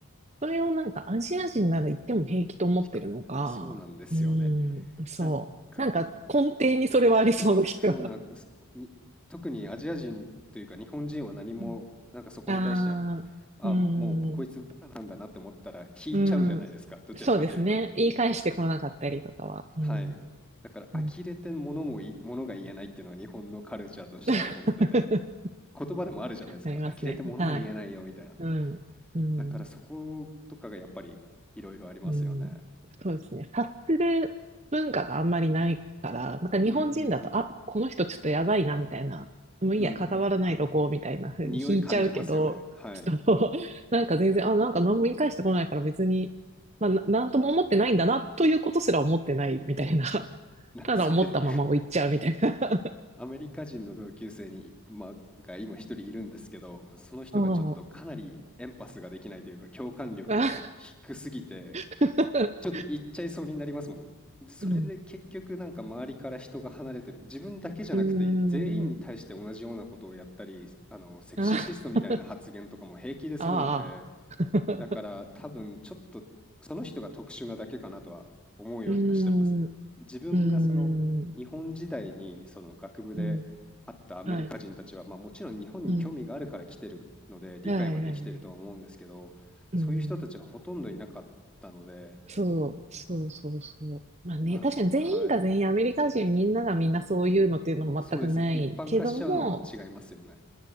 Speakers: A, on the right (about 30°); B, in the centre.
A: それをなんかアジア人なら言っても平気と思ってるのか、
B: 比較そうなんですよね。
A: うん、そう。
B: なんか
A: なんか根底にそれはありそうな気が。
B: <laughs> そうな、すに特にアジア人というか日本人は何もなんかそこに対して、
A: <laughs> ああー、
B: あ、
A: う
B: もうこいつバカなんだなって思ったら引いちゃうじゃないですか、
A: ん、うん。
B: どちらかというと。
A: そうですね。言い返してこなかったりとかは。うん、
B: はい。だから呆れて物もい、
A: うん
B: が言えないっていうのは日本のカルチャーとしてあると思ってて、
A: <laughs>。
B: 言葉でもあるじゃないですか。
A: ありますね。
B: 呆れて物も言えないよみたいな。
A: はい。うん、うん。
B: だからそことかがやっぱりいろいろありますよね。
A: うん、そうですね。察する文化があんまりないから、なんか日本人だと、
B: うんうんうん。
A: あ、この人ちょっとやばいな、みたいな。もういいや、
B: うん。
A: 関わらないとこう、みたいな風に引いちゃうけど、
B: 匂い感じますよね。はい。
A: そうなんか全然、あ、なんか何も言い返してこないから別に、まあ、ななんとも思ってないんだな、ということすら思ってないみたいな。<laughs>
B: なんかそれで
A: ただ思ったままを言っちゃうみたいな。
B: <laughs> アメリカ人の同級生に、まあ、が今一人いるんですけど、その人がちょっとかなりエンパスができないというか共感力が低すぎて、
A: <laughs> そう。あ <laughs>
B: ちょっと言っちゃいそうになりますもん。で、それで結局なんか周りから人が離れてる。
A: うん。
B: 自分だけじゃなくて全員に対して同じようなことをやったり、
A: うーん。
B: あの、セクシーシストみたいな発言とかも平気でするので、
A: あ <laughs> ああ。<laughs>
B: だから多分ちょっとその人が特殊なだけかなとは思うようにはしてます。
A: うーん。う
B: 自分がその日本時代にその学部で会ったアメリカ人たちは、
A: ーん。うん。はい。
B: まあ、もちろん日本に興味があるから来てるので理解はできてるとは思うんですけど、
A: うん。はいはいはい。うん。
B: そういう人たちはほとんどいなかったので、
A: そう、そうそうそう。まあね、
B: まあ、
A: 確かに全員が全員アメリカ人みんながみんなそういうのっていうのも全くないけども、
B: はい。そうです。一般化しちゃうのは違いますよね。